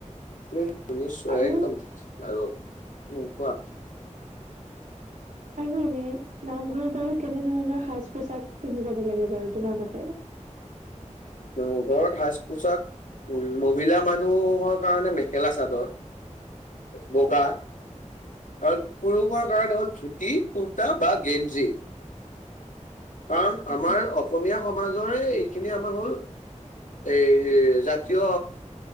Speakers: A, on the left; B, on the right.
A: শুনিছোঁ
B: আৰু
A: এ একদম আৰু উম কোৱা
B: আৰু এনে নামঘৰত বাৰু কেনেধৰণৰ সাজ- পোছাক পিন্ধি যাব লাগে বাৰু তোমাৰ মতে?
A: নাম ঘৰত সাজ-পোছাক মহিলা মানুহৰ কাৰণে মেখেলা-চাদৰ বগা আৰু পুৰুষৰ কাৰণে হ'ল ধুতি, কুুৰ্তা বা গেঞ্জি কাৰণ আমাৰ
B: উম
A: অসমীয়া সমাজৰে এইখিনি আমাৰ হ'ল এই জাতীয়